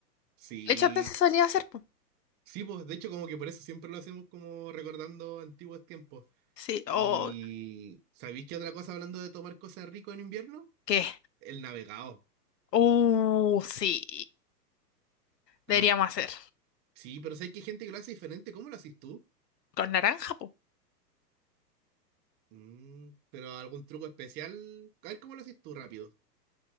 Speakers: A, on the right; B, on the left.
A: Sí.
B: De hecho, antes se solía hacer. po.
A: Sí, pues de hecho como que por eso siempre lo hacemos como recordando antiguos tiempos.
B: Sí. Oh,
A: Y ¿sabéis qué otra cosa hablando de tomar cosas ricas en invierno?
B: ¿qué?
A: El navegado.
B: Uh, sí. Deberíamos
A: A mí-
B: hacer.
A: Sí, pero sé que hay gente que lo hace diferente. ¿Cómo lo haces tú?
B: Con naranja, po.
A: Mm, pero algún truco especial. A ver, ¿cómo lo haces tú rápido?